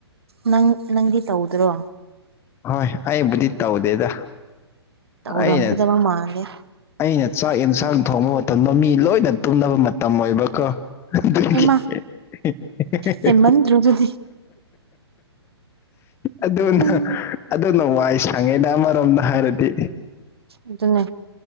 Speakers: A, on the right; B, on the left.
A: ꯅꯪ ꯅꯪꯗꯤ ꯇꯧꯗ꯭ꯔꯣ
B: ꯍꯣꯏ ꯑꯩꯕꯨꯗꯤ ꯇꯧꯗꯦꯗ
A: ꯇꯧꯔꯝꯒꯗꯕ
B: ꯑꯩꯅ
A: ꯃꯥꯜꯂꯦ
B: ꯑꯩꯅ ꯆꯥꯛ ꯌꯦꯟꯁꯥꯡ ꯊꯣꯡꯕ ꯃꯇꯝꯗꯣ ꯃꯤ ꯂꯣꯏꯅ ꯇꯨꯝꯅꯕ ꯃꯇꯝ ꯑꯣꯏꯕꯀꯣ ꯗꯨꯒꯤ
A: ꯍꯩꯃꯥ
B: ꯍꯦꯍꯦꯍꯦ
A: ꯍꯦꯟꯃꯟꯗ꯭ꯔꯣ ꯑꯗꯨꯗꯤ
B: ꯑꯗꯨꯅ
A: ꯎꯝ
B: ꯑꯗꯨꯅ ꯋꯥꯏ ꯁꯪꯉꯦꯗ ꯑꯃꯔꯣꯝꯗ ꯍꯥꯏꯔꯗꯤ
A: ꯑꯗꯨꯅꯦ